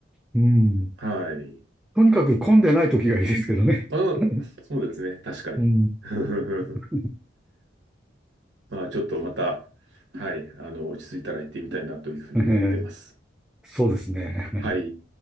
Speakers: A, in the centre; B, on the right.
A: うん。
B: はい。
A: とにかく混んでない時がいいですけどね。
B: あの、
A: <laughs>
B: そうですね。確かに。
A: うん。う
B: <laughs>
A: ん
B: まあ、ちょっとまた、はい、あの、落ち着いたら行ってみたいなというふうに思ってます。
A: ええそうですね。
B: はい。